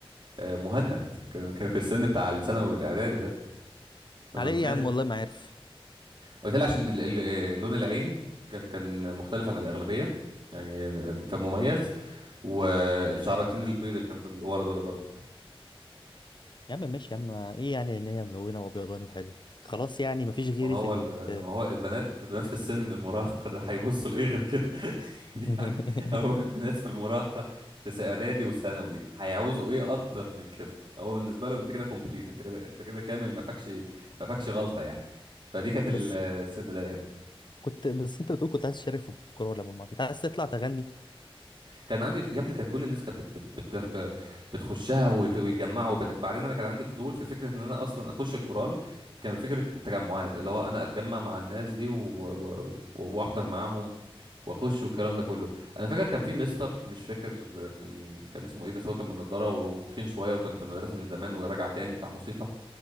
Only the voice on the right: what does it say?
آه، مهند كان كان في السن بتاع الثانوي الاعدادي ده انا
ما انساش
وبالتالي عشان ال- ال- لون العين كان كان مختلف عن الأغلبية يعني فمميز والشعرتين البيض اللي كان في اللي ورا دول برضك
ما هو
ال-
ما هو البنات البنات في السن المراهقة ده هيبصوا لإيه غير كده <laughs>
يعني هو البنات في المراهقة في إعدادي وثانوي هيعوزوا إيه أكتر من كده هو بالنسبة لهم أنت كده كومبليت أنت كده أنت كده كامل ما فاكش ما فاكش غلطة يعني فدي كانت ال-
السن ده يعني
كان عندي يا ابني كان كل الناس كانت بت بت بت ب- بتخشها ويخ- ويتجمعوا بت- بعدين انا كان عندي فضول في فكره ان انا اصلا اخش الكورال كان فكره التجمعات اللي هو انا اتجمع مع الناس دي و- و- و- واحضر معاهم واخش والكلام ده كله انا فاكر كان في مستر مش فاكر كان كان اسمه ايه بس هو كان من نضاره وتخين شويه وكان في المدرسه من زمان وراجع تاني بتاع موسيقى